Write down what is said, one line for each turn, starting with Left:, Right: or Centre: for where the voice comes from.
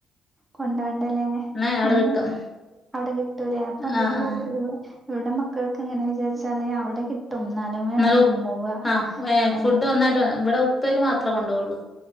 Right: കൊണ്ടണ്ടല്ലേ
Left: ന്നാ അവിടെ
Right: എങ്ങനെ--?
Left: കിട്ടും
Right: അവിടെ കിട്ടൂലേ അപ്പൊ എന്തെങ്കിലും
Left: ആഹ് ആഹ്
Right: ഇവിടെ മക്കൾക്ക് എങ്ങനെ വിചാരിച്ചാലേ അവിടെ എന്നാലും വേണം
Left: എന്നാല ഉ്
Right: കൊണ്ടോവാ
Left: ആ ഏ
Right: ഏഹ്
Left: ഫുഡ് ഒന്നായിട്ട് ഇവിടെ ഉപ്പേരി മാത്രമേ കൊണ്ടുപോുള്ളൂ